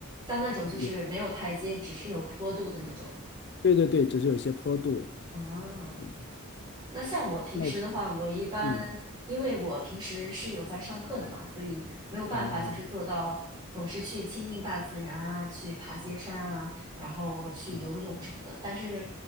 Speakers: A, on the right; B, on the left.
A: 像那种就是没有台阶，
B: 有，
A: 只是有坡度的那种。
B: 对对对，只是有一些坡度，
A: 哦，
B: 嗯，
A: 那像我平时的话，
B: 这样，
A: 我一般因为我平时是有在上课的嘛，
B: 嗯。
A: 所以没有办法就是做到总是去亲近大自然啊，
B: 哦，
A: 去爬些山啊，然后去游泳什么的。
B: 嗯，
A: 但是，